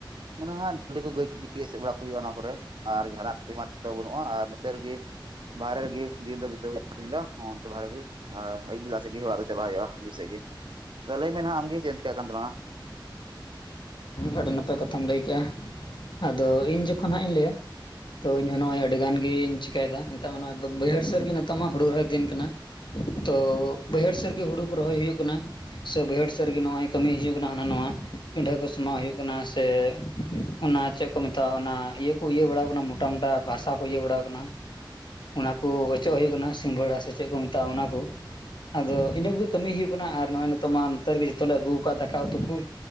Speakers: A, on the right (about 70°); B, on the left (about 65°).
A: ᱚᱱᱟ ᱦᱟᱜ ᱞᱤ ᱠᱚ ᱜᱟᱹᱭ ᱠᱚᱜᱮ ᱮᱥᱮᱫ ᱵᱟᱲᱟ ᱠᱚ ᱦᱩᱭᱩᱜᱼᱟ ᱚᱱᱟ ᱠᱚᱨᱮ ᱟᱨ ᱡᱟᱦᱟᱱᱟᱜ ᱴᱨᱤᱢᱟᱢ ᱫᱚ ᱵᱟᱹᱱᱩᱜᱼᱟ ᱟᱨ ᱱᱚᱛᱮ ᱨᱮᱜᱮ ᱵᱟᱦᱨᱮ ᱨᱮᱜᱤ ᱫᱤᱱ ᱫᱚ ᱵᱤᱛᱟᱹᱣ ᱦᱩᱭᱩᱜᱼᱟ ᱛᱤᱦᱤᱧ ᱫᱚ ᱦᱚᱸ ᱚᱱᱛᱮ ᱵᱟᱦᱨᱮ ᱜᱤᱨ ᱟᱻ ᱟᱭᱩᱵ ᱵᱮᱞᱟ ᱥᱮᱡᱽ ᱜᱮ ᱚᱲᱟᱜ ᱫᱚ ᱪᱟᱞᱟᱜ ᱦᱩᱭᱩᱜᱼᱟ ᱟᱭᱩᱵ ᱥᱮᱫ ᱜᱮ ᱟᱫᱚ ᱞᱟᱹᱭ ᱢᱮ ᱱᱟᱦ ᱟᱢᱜᱮ ᱪᱮᱫ ᱮᱢ ᱪᱤᱠᱟᱹᱭ ᱠᱟᱱ ᱛᱟᱞᱟᱝᱼᱟ
B: ᱟᱹᱰᱤ ᱱᱟᱯᱟᱭ ᱠᱟᱛᱷᱟᱢ ᱞᱟᱹᱭ ᱠᱮᱜᱼᱟ ᱟᱫᱚ ᱤᱧ ᱡᱚᱠᱷᱚᱱ ᱦᱟᱸᱜ ᱤᱧ ᱞᱟᱹᱭᱟ ᱛᱚ ᱤᱧᱦᱚᱸ ᱱᱚᱜᱼᱚᱭ ᱟᱹᱰᱤ ᱜᱟᱱ ᱜᱤᱧ ᱪᱤᱠᱟᱭᱮᱫᱟ ᱱᱮᱛᱚᱜ ᱢᱟ ᱱᱚᱜᱼᱚᱭ ᱵᱟᱹᱵ ᱵᱟᱹᱭᱦᱟᱹᱲ ᱥᱮᱫ ᱨᱮᱜᱤ ᱱᱤᱛᱚᱜ ᱢᱟ ᱦᱩᱲᱩ ᱨᱚᱦᱚᱭ ᱫᱤᱱ ᱠᱟᱱᱟ ᱛᱚᱻ ᱵᱟᱹᱭᱦᱟᱹᱲ ᱥᱮᱫ ᱨᱮᱜᱤ ᱦᱩᱲᱩ ᱠᱚ ᱨᱚᱦᱚᱭ ᱦᱩᱭᱩᱜ ᱠᱟᱱᱟ ᱥᱮ ᱵᱟᱹᱭᱦᱟᱹᱲ ᱥᱮᱫ ᱨᱮᱜ ᱱᱚᱜᱼᱚᱭ ᱠᱟᱹᱢᱤ ᱦᱩᱭᱩᱜ ᱠᱟᱱᱟ ᱦᱟᱱᱟ ᱱᱟᱣᱟ ᱯᱤᱰᱷᱟᱹ ᱠᱩᱥ ᱮᱢᱟᱣ ᱦᱩᱭᱩᱜ ᱠᱟᱱᱟ ᱥᱮ ᱚᱱᱟ ᱪᱮᱫ ᱠᱚ ᱢᱮᱛᱟᱜᱼᱟ ᱚᱱᱟ ᱤᱭᱟᱹ ᱠᱚ ᱤᱭᱟᱹ ᱵᱟᱲᱟᱣ ᱠᱟᱱᱟ ᱢᱚᱴᱟ ᱢᱚᱴᱟ ᱵᱷᱟᱥᱟ ᱤᱭᱟᱹ ᱵᱟᱲᱟ ᱟᱠᱟᱱᱟ ᱚᱱᱟ ᱠᱚ ᱚᱪᱚᱜ ᱦᱩᱭᱩᱜ ᱠᱟᱱᱟ ᱥᱤᱵᱷᱟᱹᱲᱟ ᱥᱮ ᱪᱮᱫ ᱠᱚ ᱢᱮᱛᱟᱜᱼᱟ ᱚᱱᱟ ᱠᱚ ᱟᱫᱚ ᱤᱱᱟᱹ ᱠᱚᱜᱮ ᱠᱟᱹᱢᱤ ᱦᱩᱭᱩᱜ ᱠᱟᱱᱟ ᱟᱨ ᱱᱚᱜᱼᱚᱭ ᱱᱤᱛᱚᱜ ᱢᱟ ᱱᱚᱛᱮ ᱨᱮᱜᱮ ᱡᱚᱛᱚ ᱞᱮ ᱟᱹᱜᱩ ᱠᱟᱜ-ᱟ ᱫᱟᱠᱟ ᱩᱛᱩ ᱠᱩ